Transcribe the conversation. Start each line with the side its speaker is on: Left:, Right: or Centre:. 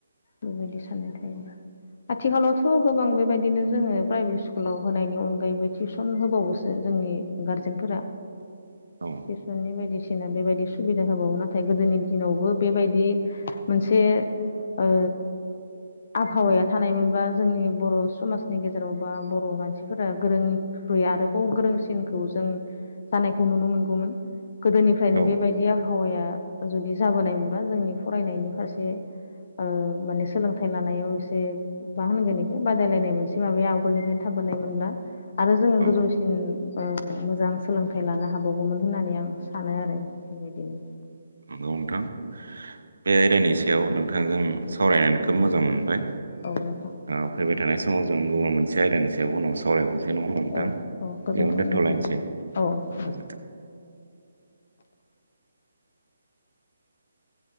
Left: बेबायदि साननाय थायो। आथिखालावथ' गोबां बेबायदिनो जोङो प्राइभेट स्कुलाव होनायनि अनगायैबो टिउसन होबावोसो। जोंनि गारजेनफोरा।
Right: औ।
Left: टिउसननि बायदिसिना बेबायदि सुबिदा होबावो ना नाथाय गोदोनि दिनावबो बेबायदि मोनसे ओ आबहावाया थानायमोनबा जोंनि बर' समाजनि गेजेराव बा बर' मानसिफोरा गोरों बै आरोबाव गोरोंसिनखौ जों जानायखौ नुनो मोनगौमोन। गोदोनिफ्रायनो
Right: औ
Left: बेबायदि आबहावाया जुदि जाबोनायमोनबा जोंनि फरायनायनि फारसे ओ माने सोलोंथाइ लानायाव एसे मा होनगोन बेखौ बादायलायनाय मोनसे माबाया आवगोलनिफ्रायनो थाबोनाय मोनब्ला आरो जोङो
Right: औ
Left: गोजौसिन ओ मोजां सोलोंथाइ लानो हाबावगौमोन होननानै आं सानो आरो। बेबायदिनो।
Right: नंगौ नोंथां बे आयदानि सायाव नोंथांजों सावरायनानै खोब मोजां मोनबाय।
Left: औ नोंथां।
Right: ओ फैबाय थानाय समाव जों गुबुन मोनसे आयदानि सायाव उनाव सावरायबावनोसै। नङा होबा नोंथां
Left: औ औ गोजोनथों
Right: बेयावनो दोन्थ'लायनोसै
Left: नोंथां औ दे
Right: गोजोनथों।